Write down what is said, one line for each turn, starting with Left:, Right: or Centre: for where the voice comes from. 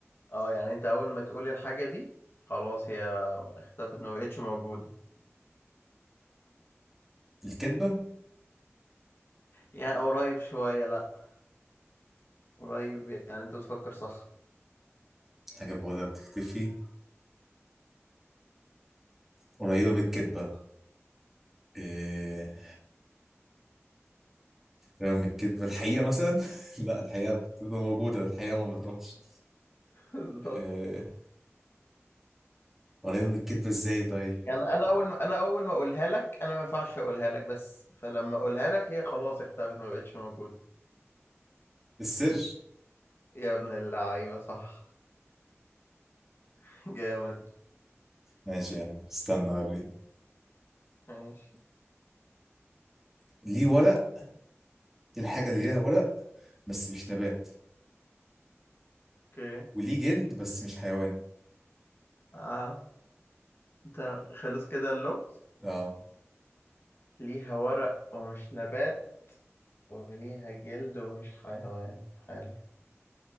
Left: اه يعني انت اول ما تقولي الحاجة دي خلاص هي اختفت ما بقتش موجودة
Centre: الكدبة
Left: يعني قريب شوية لا قريب يعني انت بتفكر صح
Centre: حاجة بقولها بتختفي قريبة من الكدبة إيه رغم الكذب الحقيقة مثلا <laughs> لا الحقيقة بتبقى موجودة الحقيقة ما بتروحش
Left: <laughs> بالظبط
Centre: أه... ولا من الكذبة ازاي طيب
Left: يعني انا اول ما انا اول ما اقولها لك انا ما ينفعش اقولها لك بس فلما اقولها لك هي خلاص اختفت ما بقتش موجودة
Centre: السر
Left: يا ابن اللعيبة صح <laughs> جامد
Centre: ماشي يا عم استنى اوريك
Left: ماشي
Centre: ليه ورق إيه الحاجة اللي ليها ورق بس مش نبات
Left: اوكي
Centre: وليه جلد بس مش حيوان
Left: اه انت خلص كده اللغز
Centre: اه
Left: ليها ورق ومش نبات وليها جلد ومش حيوان حلو